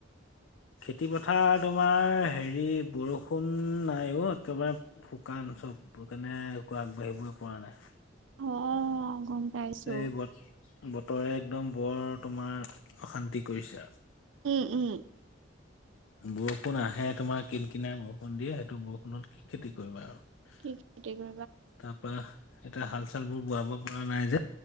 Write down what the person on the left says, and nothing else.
খেতি পথাৰ তোমাৰ হেৰি বৰষুণ নাইঅ' একেবাৰে শুকান চব কেনে আগবাঢ়িবই পৰা নাই
এই বত বতৰে একদম বৰ তোমাৰ অশান্তি কৰিছে
বৰষুণ আহে তোমাৰ কিন কিনাৰ বৰষুণ দিয়ে সেইটো বৰষুণত খেতি কৰিবা আৰু
তা পা এতিয়া হাল চাল বোৰ বোৱাব পৰা নাই যে